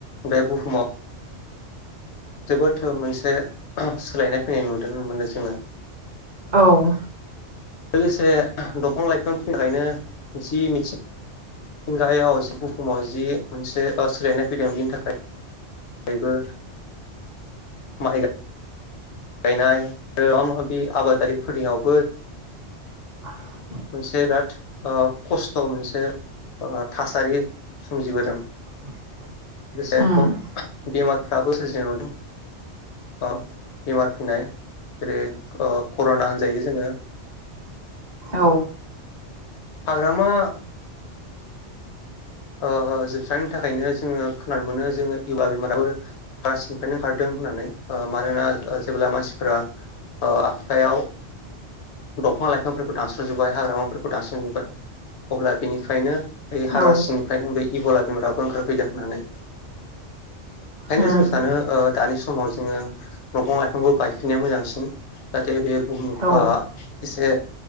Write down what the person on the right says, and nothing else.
उम
<inaudible>
<inaudible>
उम
औ
औ
उम
औ